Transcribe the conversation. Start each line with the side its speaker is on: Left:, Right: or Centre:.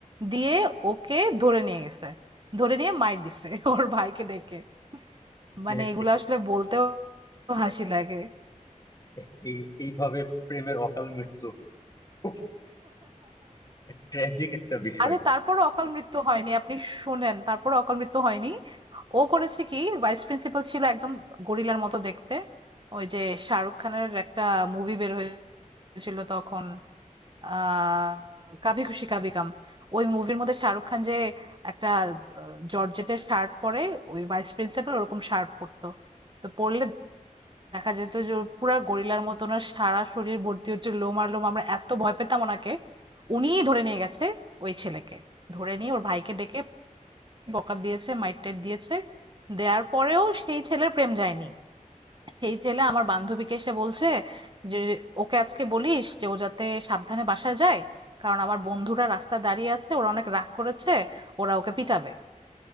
Right: দিয়ে ওকে ধরে নিয়ে গেছে ধরে নিয়ে মাইর দিছে ওর ভাইকে ডেকে
Left: আপনি
Right: মানে এগুলো
Left: এ-
Right: আসলে বলতেও হাসি লাগে
Left: এ- এই এইভাবে প্রেমের অকাল মৃত্যু খুব ট্র্যাজিক একটা বিষয়
Right: আরে তারপরও অকাল মৃত্যু হয়নি আপনি শোনেন তারপরও অকাল মৃত্যু হয়নি ও করেছে কি ভাইস প্রিন্সিপাল ছিল একদম গরিলার মতো দেখতে ওই যে শাহরুখ খানের একটা মুভি বের হয়েছিল তখন আহ কাভি খুশি কাভি গাম ওই মুভির মধ্যে শাহরুখ খান যে একটা আহ, জর্জেটের শার্ট পরে ওই ভাইস প্রিন্সিপাল ওরকম শার্ট পরতো তো পরলে দেখা যেত যে ওর পুরা গরিলার মতন ওনার সারা শরীর ভর্তি হচ্ছে লোম আর লোম আমরা এত ভয় পেতাম ওনাকে উনিই ধরে নিয়ে গেছে ওই ছেলেকে ধরে নিয়ে ওর ভাইকে ডেকে বকা দিয়েছে মাইর দিয়েছে দেওয়ার পরেও সেই ছেলের প্রেম যায়নি সেই ছেলে আমার বান্ধবীকে এসে বলছে যে ওকে আজকে বলিস যে ও যাতে সাবধানে বাসায় যায় কারণ আমার বন্ধুরা রাস্তায় দাঁড়িয়ে আছে ওরা অনেক রাগ করেছে ওরা ওকে পিটাবে